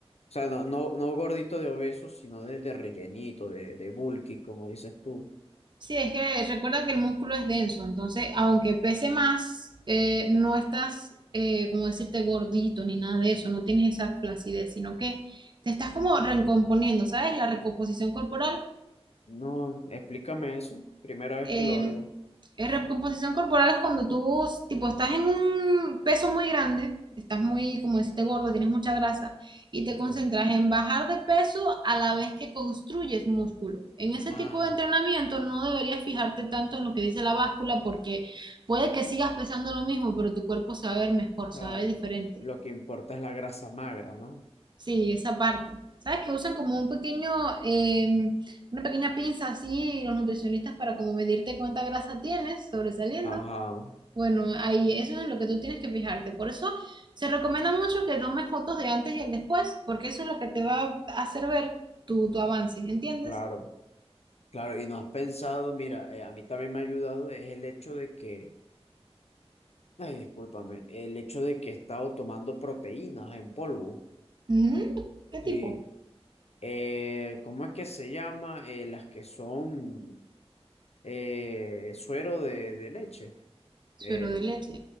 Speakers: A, on the left (about 75°); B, on the right (about 45°).
A: sea, no, no, no gordito de obeso, sino de, de rellenito, de, de bulky, como dices tú.
B: Sí, es que recuerda que el músculo es denso, entonces aunque pese más, eh, no estás, eh, como decirte, gordito ni nada de eso, no tienes esa flacidez, sino que te estás como recomponiendo, ¿sabes? La recomposición corporal.
A: No, explícame eso. Primera vez
B: em,
A: que lo oigo.
B: Eh, recomposición corporal es cuando tú, tipo, estás en un peso muy grande, estás muy, como deciste, gordo, tienes mucha grasa, y te
A: Ok.
B: concentras en bajar de peso a la vez que construyes músculo. En ese
A: Ah,
B: tipo de entrenamiento no deberías fijarte tanto en lo que dice la báscula porque puede que sigas pesando lo mismo, pero tu cuerpo se va a ver mejor,
A: claro,
B: se va a ver diferente.
A: lo que importa es la grasa magra, ¿no?
B: Sí, esa parte. ¿Sabes que usan como un pequeño, em, una pequeña pinza así los nutricionistas para como medirte cuánta grasa tienes sobresaliendo?
A: Ajá,
B: Bueno, ahí eso es en lo que tú tienes que fijarte. Por eso se recomienda mucho que tomes fotos de antes y el después, porque eso es lo que te va a hacer ver tu, tu avance, ¿entiendes?
A: claro, claro. Y no has pensado, mira, eh, a mí también me ha ayudado es el hecho de que, ay, discúlpame, el hecho de que he estado tomando proteínas en polvo,
B: Mm, ¿Qué
A: sí.
B: tipo?
A: Eh, ¿cómo es que se llama? Eh, las que son eh, suero de, de leche.
B: Suero
A: Eh,
B: de leche.